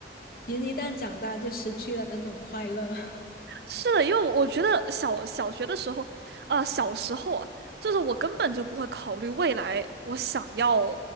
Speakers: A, on the left; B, on the right.
A: 人一旦长大就失去了那种快乐。<laughs>
B: 是的，因为我觉得小小学的时候，呃，小时候啊，就是我根本就不会考虑未来我想要